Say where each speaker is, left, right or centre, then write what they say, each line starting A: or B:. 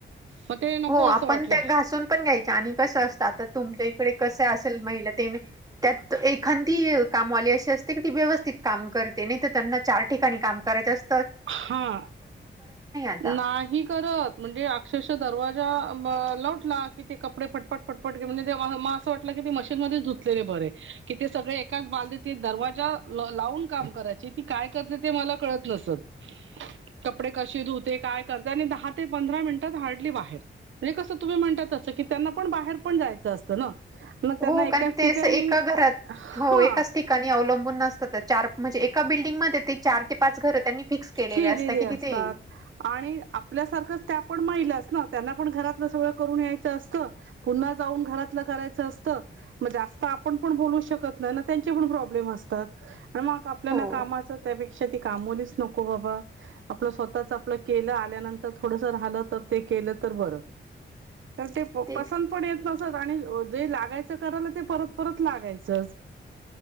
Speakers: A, on the right; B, on the right.
A: मग ते नको
B: हो, आपण
A: असं वाटलं
B: त्या घासूनपण घ्यायच्या आणि कसं असतं, आता तुमच्या इकडे कसं असेल महिला त्यात एखादी ए काम हे कामवाली अस ते की ती व्यवस्थित काम करते, नाहीतर त्यांना चार ठिकाणी काम करायचं अस
A: हा
B: आता
A: नाही करत. म्हणजे अक्ष रशा दरवाजा लावटला की ते कपडे पटपट पटपट घेऊन येते. त्यामुळे म असं वाटलं की मशीनमध्ये धुतलेले बरे, की ते सगळे एकाच <unintelligible> दरवाजा लावून काम करायचे. ती काय करते ते मला कळत नसत. कपडे कशी धुते काय करते आणि दहा ते पंधरा मिनिटात हार्डली बाहेर. म्हणजे कसं तुम्ही म्हणता तसं की त्यांनापण बाहेरपण जायचं असतं ना? मग त्यांना
B: हो,
A: एकाच
B: कारण ते
A: ठिकाणी
B: असं एका घरात
A: हा
B: हो एकाच ठिकाणी अवलंबून नसतात. चार म्हणजे एका बिल्डिंगमध्ये ते चार ते पाच घर त्यांनी फिक्स केलेले
A: केलेली
B: की
A: असतात
B: तिथे
A: आणि आपल्यासारखच त्यापण महिलाच ना त्यांनापण घरातलं सगळं करून यायच असतं. पुन्हा जाऊन घरातलं करायचं असतं. म जास्त आपणपण बोलू शकत नाही ना, त्यांचेपण प्रॉब्लेम असतात. मग आपल्याला
B: हो
A: कामाचं त्यापेक्षा ती कामवालीच न को. आपलं स्वतःच आपलं केलं, आल्यानंतर थोडसं ते राहलं तर ते केलं तर बरं. तर ते
B: तेच
A: पसंतपण येत नसत आणि जे लागायचं करायला ते परत परत लागायचच.